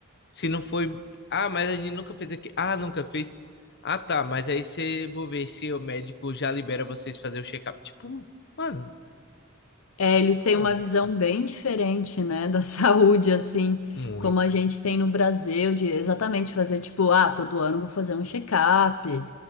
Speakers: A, on the left; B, on the left.
A: Se não foi. Ah, mas a gente nunca fez aqui. Ah, nunca fez. Ah, tá. Mas aí você vou ver se o médico já libera vocês fazer o check-up. Tipo, mano,
B: É, eles têm
A: fala
B: uma visão
A: isso.
B: bem diferente, né, da <laughs> saúde, assim,
A: Muito.
B: como a gente tem no Brasil, de exatamente fazer tipo, ah, todo ano vou fazer um check-up,